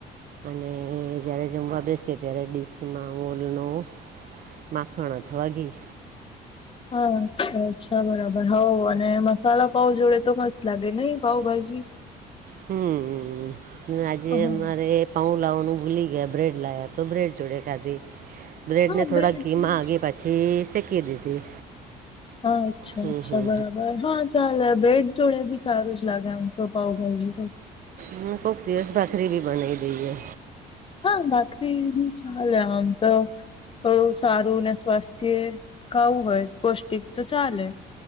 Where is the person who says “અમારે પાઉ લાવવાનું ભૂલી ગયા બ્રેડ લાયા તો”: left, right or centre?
Right